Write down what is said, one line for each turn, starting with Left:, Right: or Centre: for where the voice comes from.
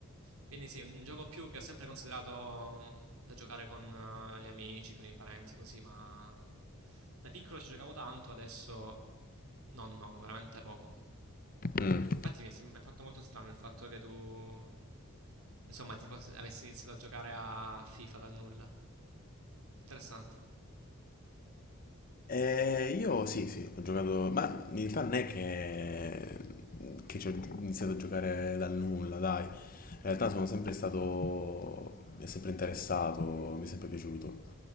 Right: Quindi sì, un un gioco più che ho sempre considerato mm, da giocare con eh, gli amici, con i parenti, così, ma da piccolo ci giocavo tanto, adesso no, no, veramente poco.
Left: Mm.
Right: Infatti mi è, sem- mi è fatto molto strano il fatto che tu, insomma, ti fosse- avessi iniziato a giocare a FIFA dal nulla. Interessante.
Left: Eh, io sì, sì, ho giocato, ma in realtà non è che, che ci ho iniziato a giocare dal nulla, dai. In realtà sono sempre stato, mi è sempre interessato, mi è sempre piaciuto